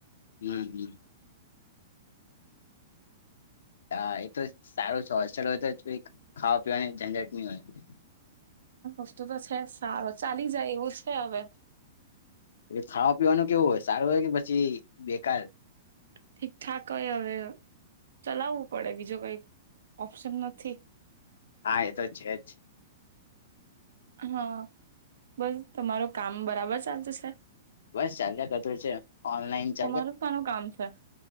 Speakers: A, on the left (about 85°); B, on the right (about 85°).
A: હમ હમ હા એતો સારો છે હોસ્ટેલ હોય તો ખાવા પીવાની ઝંઝટની હોય
B: વસ્તુ તો છે સારો ચાલી જાય એવું છે હવે
A: એ ખાવા પીવાનું કેવું હોય સારું હોય કે પછી બેકાર
B: ઠીકઠાક કય હવે ચલાવવું પડે બીજો કઈ ઓપ્શન નથી
A: હા એ તો છે જ
B: હા બસ તમારું કામ બરાબર ચાલત સાહેબ
A: બસ ચલે છે ઓનલાઈન ચ
B: તમારું શાનું કામ છે